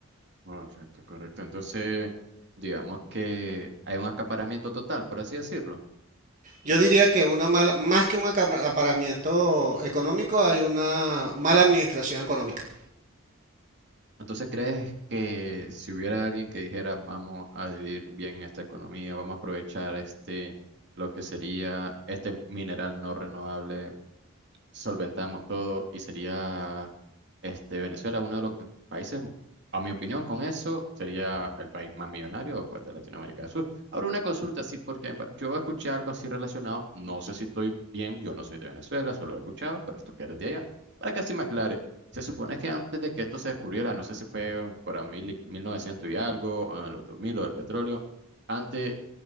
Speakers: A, on the right; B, on the right.
A: Correcto, correcto. Entonces, digamos que hay un acaparamiento total, por así decirlo.
B: Yo diría que una mala, más que un acaparamiento económico, hay una mala administración económica.
A: Entonces, ¿crees que si hubiera alguien que dijera vamos a vivir bien esta economía, vamos a aprovechar este, lo que sería este mineral no renovable? solventamos todo y sería este Venezuela uno de los países, a mi opinión, con eso sería el país más millonario pues, de Latinoamérica del Sur. Ahora una consulta así porque bueno, yo escuché algo así relacionado, no sé si estoy bien, yo no soy de Venezuela, solo he escuchado, pero tú que eres de allá, para que así me aclare. Se supone que antes de que esto se descubriera, no sé si fue por mil, y- 1900 y algo, o en los 2000 o del petróleo, antes